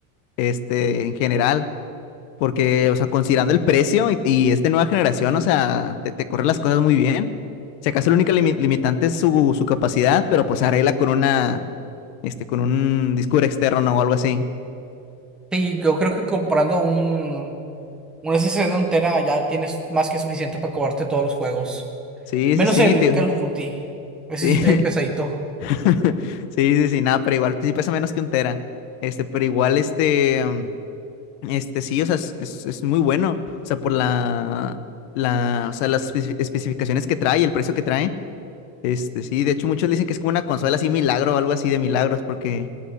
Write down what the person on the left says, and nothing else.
este, en general. Porque, o sea, considerando el precio y, y es de nueva generación, o sea, te, te corre las cosas muy bien. Si acaso la única limi- limitante es su, su capacidad, pero pues arregla con una, este, con un disco duro externo ¿no? o algo así.
Sí,
sí, sí,
te-
sí.
<laughs> Sí, sí, sí, nada, pero igual pues, sí pesa menos que un tera. Este, pero igual, este, mm, este, sí, o sea, es, es- es muy bueno. O sea, por la, la, o sea, las espe- especificaciones que trae, el precio que trae. Este, sí, de hecho muchos le dicen que es como una consola así milagro o algo así de milagros, porque